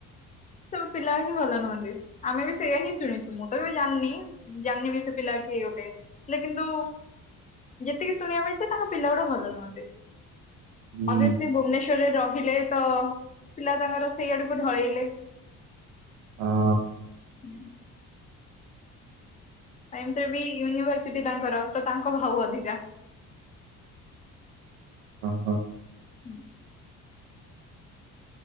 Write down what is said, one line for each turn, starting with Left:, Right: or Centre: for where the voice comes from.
Left: ସେ ପିଲା ହିଁ ଭଲ ନୁହନ୍ତି, ଆମେ ବି ସେଇଆ ହିଁ ଶୁଣିଛୁ, ମୁଁ ତ କେବେ ଜାଣିନି। ଜାଣ୍ନି ବି ସେ ପିଲା କିଏ ଗୋଟେ ହେଲେ କିନ୍ତୁ ଯେତିକି ଶୁଣିବା ମିଳିଛି ତାଙ୍କ ପିଲା ଗୁଡା ଭଲ ନୁହଁନ୍ତି।
Right: ହୁଁ
Left: ଅଭିଅସ୍ଲି ଭୁବନେଶ୍ୱରରେ ରହିଲେ ତ ପିଲା ତାଙ୍କର ସେଇଆଡକୁ ଢଳେଇଲେ।
Right: ହଁ-ଅ।
Left: ହୁଁ। ଆ ଏମ୍ତିରେ ବି ୟୁନିଭରସିଟି ତାଙ୍କର ତ ତାଙ୍କ ଭାଉ ଅଧିକା।
Right: ଆ ହ।
Left: ହୁଁ।